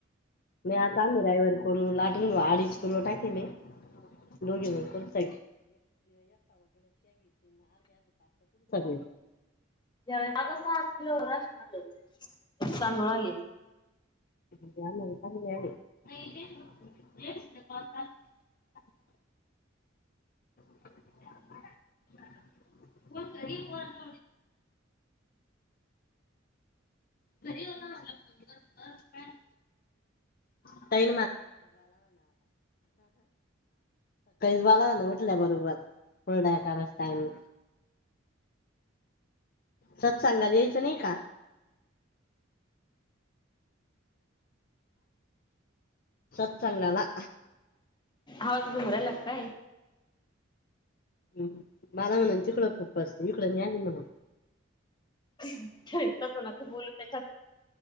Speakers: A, on the left; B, on the left.
A: म्या चाले रवीवारी कोन लाटून घेऊ आडीच किलो टाकेले दोघी जण कोणता <unintelligible>
B: <unintelligible>
A: <inaudible>
B: <inaudible>
A: <inaudible> घरी होता म्हनलं दिवसभर.
B: <inaudible>
A: <unintelligible> सकाळी बालावाला उठल्या बरोबर हुरडा करायचं टाईम.. सत्सांगाला यायचं नाही का? सत्संगला.
B: आवाच घुमु रायला का काय?
A: हम् मला म्हणून तिकडं खूप बस इकडं नाही म्हणून
B: तेच ना कोणाचं बोलू त्याच्यात.